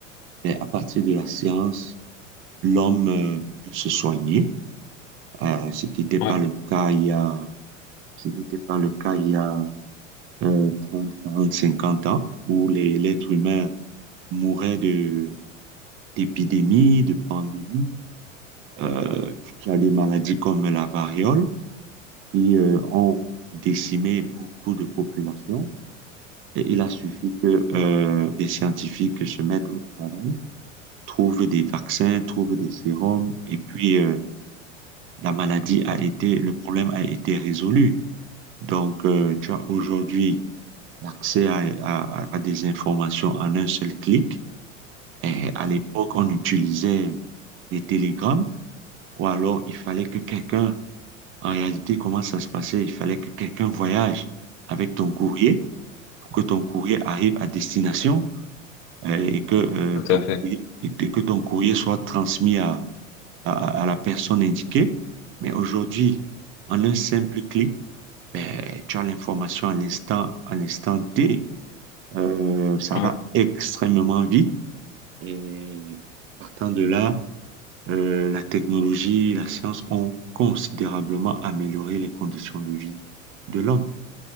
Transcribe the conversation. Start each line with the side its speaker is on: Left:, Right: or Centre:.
Right: ben, à partir de la science, l'homme euh, peut se soigner, euh, ce qui n'était pas
Left: Ouais,
Right: le cas il y a, ce qui n'était pas le cas il y a euh, 30, 40, 50 ans, où les- l'être humain mourait de, d'épidémies, de pandémies, euh, tu a des maladies comme la variole qui euh, ont décimé beaucoup de populations. Et il a suffi que euh, des scientifiques se mettent au travail trouve des vaccins, trouve des sérums, et puis euh, la maladie a été, le problème a été résolu. Donc, euh, tu as aujourd'hui l'accès à, à, à des informations en un seul clic. Et à l'époque, on utilisait les télégrammes, ou alors il fallait que quelqu'un, en réalité, comment ça se passait? Il fallait que quelqu'un voyage avec ton courrier pour que ton courrier arrive à destination euh, et que, euh,
Left: tout
Right: ton
Left: à fait.
Right: courrier, et que ton courrier soit transmis à, à, à la personne indiquée. Mais aujourd'hui, en un simple clic, ben, tu as l'information à l'instant, à l'instant T. Euh, ça
Left: Ouais,
Right: va extrêmement vite. Et partant de là, euh, la technologie, la science ont considérablement amélioré les conditions de vie de l'homme.